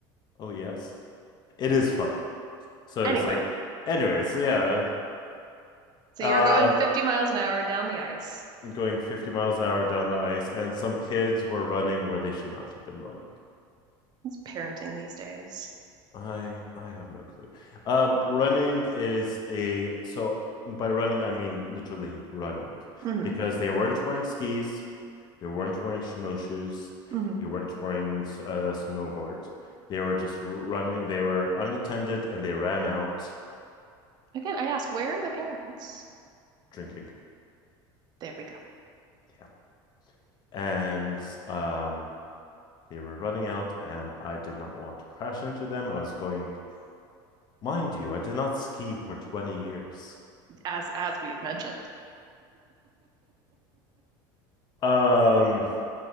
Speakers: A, on the left; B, on the right.
A: Oh, yes, it is fun. So
B: Anyway,
A: it's like, anyways, yeah,
B: so
A: uh,
B: you were going 50 miles an hour down the ice.
A: going 50 miles an hour down the ice, and some kids were running where they should not have been running.
B: It's parenting these days.
A: I I have no clue. Um, running is a so by running I mean literally running
B: hmm
A: because they weren't wearing skis. They weren't wearing snowshoes.
B: hmm
A: They weren't wearing uh, snowboards. They were just running. They were unattended and they ran out
B: Again, I ask, where are the parents?
A: drinking.
B: There we go.
A: Yeah. And um, they were running out, and I did not want to crash into them. I was going, mind you, I did not ski for 20 years.
B: As as we've mentioned.
A: Um,